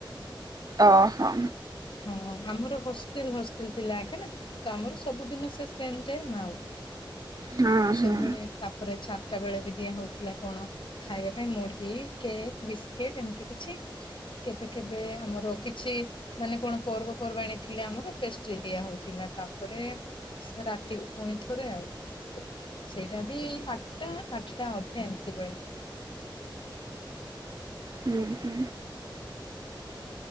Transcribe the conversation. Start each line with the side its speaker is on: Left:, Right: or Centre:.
Right: ଓ ହୋ।
Left: ହଁ ଆମର ହଷ୍ଟେଲ ହଷ୍ଟେଲ ପିଲା ଆକା ନା ତ ଆମର ସବୁଦିନ ସେ ସେମ୍ ଟାଇମ୍ ଆଉ।
Right: ହଁ ହଁ
Left: ସବୁବେଳେ ତାପରେ ଛା ଟା ବେଳେ ବି ଦିଆ ହଉଥିଲା କଣ ଖାଇବା ପାଇଁ ମୁଢି କେକ୍ ବିସ୍କୁିଟ ଏମିତି କିଛି। କେବେ କେବେ ଆମର କିଛି ମାନେ କଣ ପର୍ବପର୍ବାଣି ଥିଲେ ଆମର ପେଷ୍ଟ୍ରି ଦିଆ ହଉଥିଲା। ତା ପରେ ସେ ରାତି ପୁଣି ଥରେ ଆଉ ସେଇଟା ବି ଆଠଟା ଆଠଟା ଅଧେ ଏମିତି ବେଳେ <inaudible>
Right: ହୁଁ ହୁଁ।